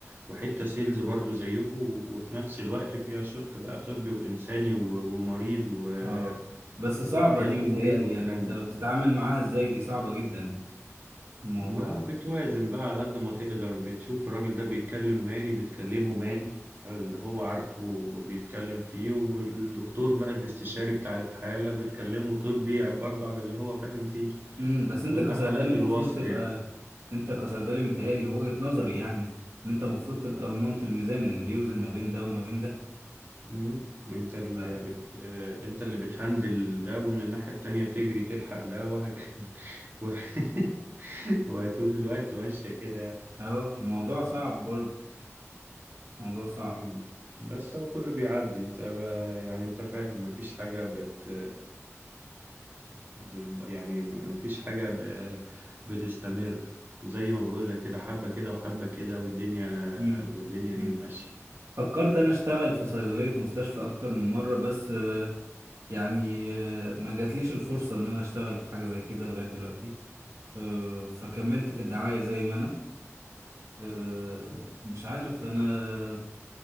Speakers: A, on the right; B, on the right.
A: وحتة سيلز برضو زيكم وفي نفس الوقت فيها شق بقى طبي وإنساني و- ومريض و-
B: اه بس صعبة
A: وحياة
B: دي
A: المريض
B: متهيألي
A: والكلام
B: يعني انت
A: ده
B: بتتعامل معاها ازاي دي صعبة جدا الموضوع
A: ما
B: ده
A: بتوازن بقى على قد ما تقدر بتشوف الراجل ده بيتكلم مالي بتكلمه مالي على اللي هو عارفه بيتكلم فيه والدكتور بقى الاستشاري بتاع الحالة بتكلمه طبي برضه على اللي هو فاهم فيه
B: امم بس انت
A: وانت
B: كصيدلي
A: حلقة
B: المفروض
A: الوصل
B: تبقى
A: يعني
B: انت كصيدلي متهيألي من وجهة نظري يعني ان انت المفروض تبقى رمانة الميزان اللي بيوزن ما بين ده وما بين ده
A: مم. انت اللي
B: ف-
A: بت... انت اللي بتهندل ده ومن الناحية التانية تجري تلحق ده وهك... <laughs> و... <laughs> وطول الوقت ماشية كده يعني
B: اه موضوع صعب برضه موضوع صعب
A: مم. بس هو كله بيعدي انت ب... يعني انت فاهم مفيش حاجة بت... بت... يعني مفيش حاجة ب... بتستمر زي ما بقول لك كده حبة كده وحبة كده والدنيا
B: امم
A: والدنيا هي
B: امم
A: ماشية
B: فكرت انا اشتغل في صيدلية مستشفى اكتر من مرة بس آه، يعني آه، ما جاتليش الفرصة ان انا اشتغل في حاجة زي كده لغاية دلوقتي آه، فكملت في الدعاية زي ما انا آه، مش عارف انا